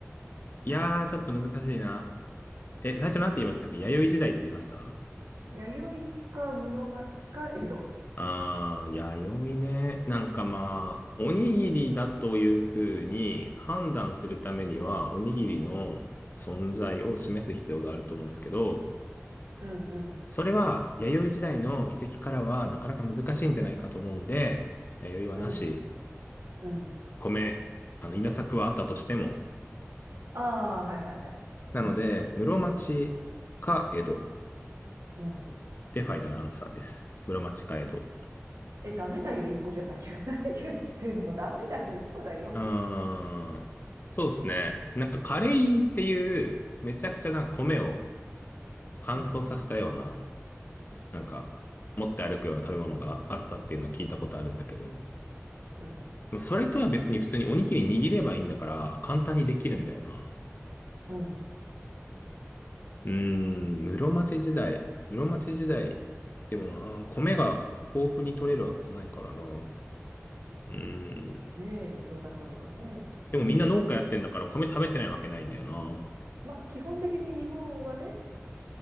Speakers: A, on the left; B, on the right.
A: いやー、ちょっと難しいな。え、最初なんて言いましたっけ弥生時代って言いました
B: 弥生か室町か江戸。
A: ああ、弥生ね。なんかまあ、おにぎりだというふうに判断するためには、おにぎりの存在を示す必要があると思うんですけど、
B: うん、うん、
A: それは弥生時代の遺跡からはなかなか難しいんじゃないかと思うんで、弥生はなし、
B: うん、うん。
A: 米、あの、稲作はあったとしても。
B: ああ、はいはいはい。
A: なので、
B: うん、
A: 室町か江戸
B: うん。
A: でファイナルアンサーです。室町か江戸。
B: え、ダメだよ、1個じゃなきゃ。<laughs> 何言ってんのダメだよ、1個だよ。
A: うーん。そうですね。なんかカレイっていう、めちゃくちゃなんか米を乾燥させたような、
B: うん、
A: なんか持って歩くような食べ物があったっていうのは聞いたことあるんだけど、
B: うん、
A: でもそれとは別に普通におにぎり握ればいいんだから簡単にできるんだよな。
B: うん。
A: うーん、室町時代。室町時代。でもな、米が豊富に取れるわけじゃないからな。うーん。
B: ねえ、どうだったのかね。
A: でもみんな農家やってんだから米食べてないわけないんだよな。
B: ま、基本的に日本はね、